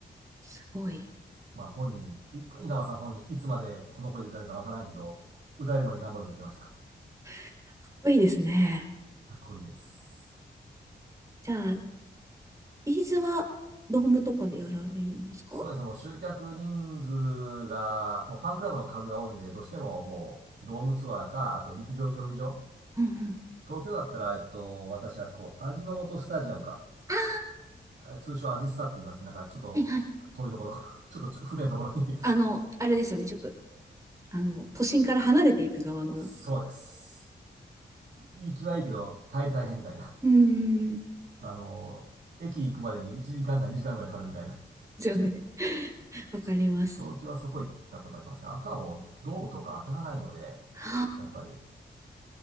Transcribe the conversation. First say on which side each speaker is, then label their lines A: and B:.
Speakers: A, on the right; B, on the right.
A: すごい。い
B: まあ本人、い稲葉さん本人、いつまでこの声で歌えるかわからんけど、歌えるまで頑張ると言ってました。
A: やかっこいいですね。
B: かっこいいです。
A: じゃあ、ビーズはドームとかでやられるんですか
B: そうですね、もう集客人数が、もうファンクラブの数が多いんで、どうしてももうドームツアーか、あと陸上競技場。
A: うんうん。
B: 東京だったら、えっと、私あそこ、味の素スタジアムか。
A: あ
B: え通称アジスタって言います。なんかちょっと遠いところ、
A: ー、はいはい。
B: <laughs> ちょっとちょ不便なところに
A: あの、あれですよね。ちょっと、あの、都心から離れていく側の、
B: <laughs> そうです。行きはいいけど、帰り大変みたいな。
A: うんうんうん。
B: あの、駅行くまでに1時間か2時間ぐらいかかるみたいな。
A: ですよね。<laughs> わかります。
B: 東京はそこ行ったことありますね。あとはもうドームとか当たらないので、
A: ああ、
B: やっぱり。